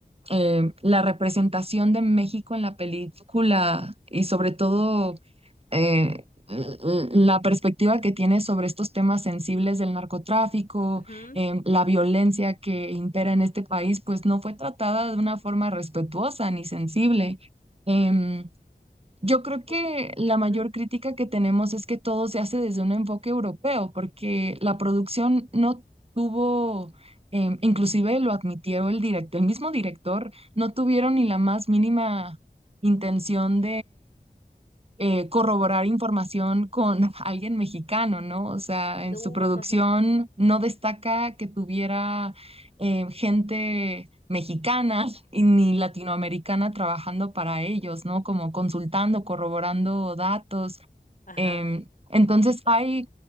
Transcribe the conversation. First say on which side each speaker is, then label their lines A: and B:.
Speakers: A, on the right; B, on the left.
A: eh, la representación de México en la película y sobre todo eh, l- l- la perspectiva que tiene sobre estos temas sensibles del narcotráfico,
B: ujú,
A: em, la violencia que impera en este país, pues no fue tratada de una forma respetuosa ni sensible. Em, yo creo
B: eh,
A: que la mayor
B: ujú,
A: crítica que tenemos es que todo se hace desde un enfoque europeo, porque la producción no tuvo, em, inclusive lo admitió el director, el mismo director, no tuvieron ni la más mínima intención eh, corroborar información con <laughs> alguien mexicano, ¿no? O sea,
B: No,
A: en su producción
B: <laughs>
A: no destaca que tuviera eh, gente mexicana <laughs> y ni latinoamericana trabajando para ellos, ¿no? Como consultando, corroborando datos.
B: ajá,
A: Em, entonces hay,